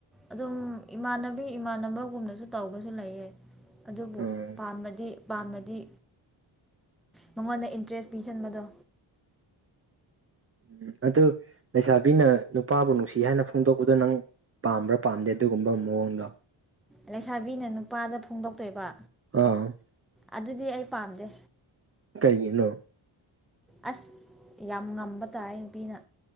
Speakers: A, in the centre; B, on the right.
A: ꯑꯗꯨꯝ ꯏꯃꯥꯟꯅꯕꯤ ꯏꯃꯥꯟꯅꯕꯒꯨꯝꯅꯁꯨ ꯇꯧꯕꯁꯨ ꯂꯩꯌꯦ꯫ ꯑꯗꯨꯕꯨ
B: ꯑꯣ
A: ꯄꯥꯝꯔꯥꯗꯤ꯫ ꯄꯥꯝꯔꯥꯗꯤ ꯃꯉꯣꯟꯗꯥ ꯏꯟꯇꯔꯦꯁ ꯄꯤꯁꯟꯕꯗꯣ
B: ꯎꯝ ꯑꯗꯨ ꯂꯩꯁꯥꯕꯤꯅ ꯅꯨꯄꯥꯕꯨ ꯅꯨꯡꯁꯤ ꯍꯥꯏꯅ ꯐꯣꯡꯗꯣꯛꯄꯗꯣ ꯅꯪ ꯄꯥꯝꯕ꯭ꯔꯥ ꯄꯥꯝꯗꯦ ꯑꯗꯨꯒꯨꯝꯕ ꯃꯑꯣꯡꯗꯣ
A: ꯂꯩꯁꯥꯕꯤꯅ ꯅꯨꯄꯥꯗꯥ ꯐꯣꯡꯗꯣꯛꯇꯣꯏꯕ
B: ꯑꯥ
A: ꯑꯗꯨꯗꯤ ꯑꯩ ꯄꯥꯝꯗꯦ꯫
B: ꯀꯩꯒꯤꯅꯣ
A: ꯑꯁ ꯌꯥꯝ ꯉꯝꯕ ꯇꯥꯏ ꯅꯨꯄꯤꯅ